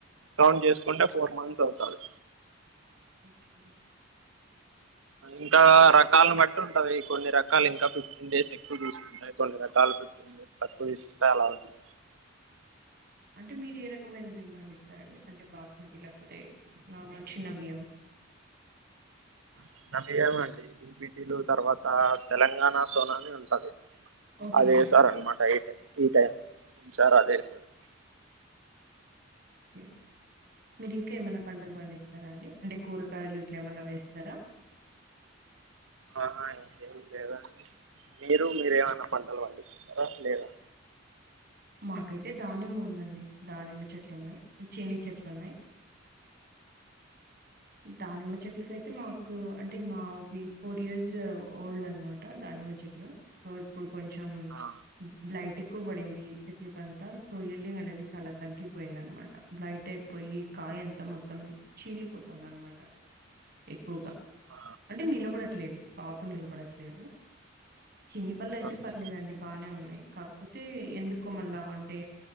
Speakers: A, on the right (about 80°); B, on the right (about 50°).
A: కౌంట్ చేసుకుంటే ఫోర్ మంత్స్ అవుతారు
B: ఓకే
A: ఇంకా రకాలను బట్టి ఉంటాది కొన్ని రకాలు ఇంకా ఫిఫ్టీన్ డేస్ ఎక్కువ చూ అ కొన్ని రకాలు ఫిఫ్ టీన్ట్స్ తక్కువ తీసుంటే అలా ఉండదు
B: అంటే మీరు ఏ రకమైన బియ్యం పండిస్తారండి అంటే బాస్మతి లేకపోతే నార్మల్ చిన్న బియ్యం
A: చిన్న బియ్యమే అండి బిపిటీలు తర్వాత తెలంగాణ సోనాని ఉంటది
B: ఓకే
A: అదే సార్ అన్నమాట ఈ టై ఈ టైమ్ ఈ సార్ అదే సార్
B: ఓకే మీరు ఇంకా ఏమైనా పంటలు పండిస్తారా అండి అంటే కూరగాయలు ఇట్లా ఏమనా వేస్తారా
A: ఆహా ఇంకేం లేదా మీరు మీరేమైనా పంటలు పండిస్తున్నారా లేదా
B: మాకైతే దానిమ్మ ఉందండి. దానిమ్మ చెట్లు ఉన్నయ్, చీని చెట్లు ఉన్నయ్. దానిమ్మ చెట్లకయితే మాకూ అంటే మా ఫోర్ ఇయర్స్ ఓల్డ్ అన్న్ మా ట దానిమ్మ చెట్లు సో ఇప్పుడు కొంచెం
A: ఆ
B: బ్లైట్ ఎక్కువ బడిందీ చెట్లకంతా సో హీల్డింగ్ అనేది చాల తగ్గిపోయిందన్న మా ట బ్లైట్ అయిపోయి, కాయంత మొత్తం చీలి పోతుందన్నమాట. ఎక్కువగా
A: ఆ
B: అంటే, నిలబడట్లేదు, కాపు నిలబడట్లేదు. చిన్ని పళ్ళయితే
A: ఓకే.
B: పర్లేదండి బానే ఉన్నయి. కాకపోతే ఎందుకో మళ్ళా అంటే,